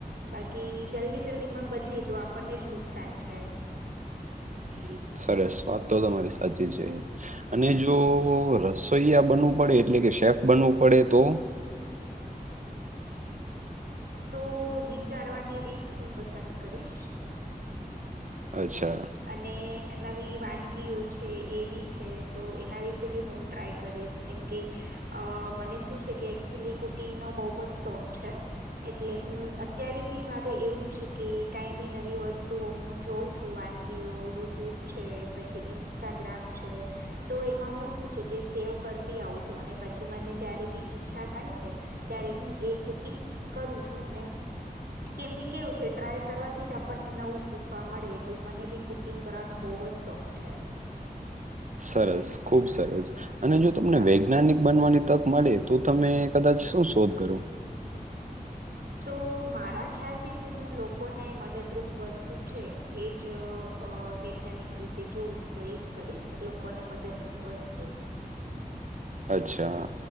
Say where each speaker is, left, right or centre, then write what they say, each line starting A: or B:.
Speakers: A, on the right; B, on the right.
A: બાકી જલ્દી જલ્દીમાં બદલી તો આપણને જ નુકસાન છે.
B: હમ, સરસ વાત તો તમારી સાચી છે. અને જો રસોઈયા બનવું પડે એટલે કે શેફ બનવું પડે તો
A: તો વિચારવાની રીત હું પસંદ કરીશ.
B: અચ્છા.
A: અને નવી વાનગીઓ છે એ બી છે તો એના વિશે બી હું ટ્રાય કરીશ કેમ કે અ મને શું છે કે એકચુલી કુકિંગનો બોવ જ શોખ છે. એટલે હું અત્યારે બી મારે એવું છે કે કઈ બી નવી વસ્ત તો હું જોઉં છું વાનગીઓ યુટ્યુબ છે પછી ઇન્સ્ટાગ્રામ છે. તો એમાં હું શું છે કે સેવ કરતી આવું છું અને પછી મને જયારે બી ઈચ્છા થાય છે. ત્યારે હું એ કુકિંગ કરું છું અને કેમ કે કેવું છે ટ્રાય કરવાથી જ આપણને નવું શીખવા મળે એટલે મને બી કુકિંગ કરવાનો બહુ જ શોખ છે.
B: સરસ ખૂબ સરસ. અને જો તમને વૈજ્ઞાનિક બનવાની તક મળે તો તમે કદાચ શું શોધ કરો. <inaudible>
A: તો મારા ખ્યાલથી તો હું લોકોને મદદરૂરૂપ વસ્તુ છે એ જ વૈજ્ઞાનિક રીતે તે જોઉસ તો એજ કરીશ લોકોને મદદરૂપ વસ્તુ
B: અચ્છા.